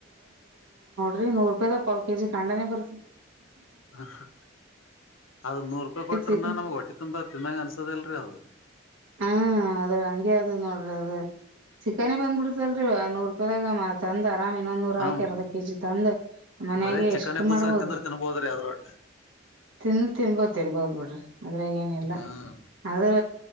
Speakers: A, on the right; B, on the left.
A: ರೀೂರುೂಪಾಯಿ ಪಾವ ಕೆಜಿ ಕಣ್ಡಾನೇ ಬರ
B: ಹ ಅದ ನೂರು ರೂಪಾಯಿ ಕೊಟ್ರನ್ನ
A: ಚಿಕನ್
B: ನಮ್ಗ್ ಹೊಟ್ಟೆ ತುಂಬಾ ತಿನ್ನಂಗ ಅನ್ಸೋದಲ್ಲ ದು
A: ಹಾ ಅದ ಹಂಗೆ ಅದ್ ನೋಡ್ರಿ ಅದ ಚಿಕನ್ನೆ ಬಂದ್ಬಿಡ್ತಲ್ರಿ ಆನೂರು ಪದಕ ಮಾ ತಂದಾರ್ ಗ್ರಾಮ್ ಇನ್ನೊ್ ನೂರುಕ
B: ಹ್ಮ್
A: ಎರ್ಧ ಕೆಜಿ ತಂದ ಮನ್ಯಾಗ
B: ಬರೇ ಚಿಕನ್
A: ಎಷ್ಟ
B: ಕೂಸನ್
A: ಮಾಡ್ಬೋದ್ರಿ
B: ತಿಂದ್ರ ತಿನ್ಬೋದ್ರಿ ಅದ್ರೊಟ್ಟ
A: ತಿನ್ ತಿನ್ಬೋದ್ ತಿನ್ಬೋದ್ ಬಿಡ್ರಿ ಅದ್ರಾಗ ಏನಿಲ್ಲ
B: ಹ್ಮ್
A: ಆದ್ರ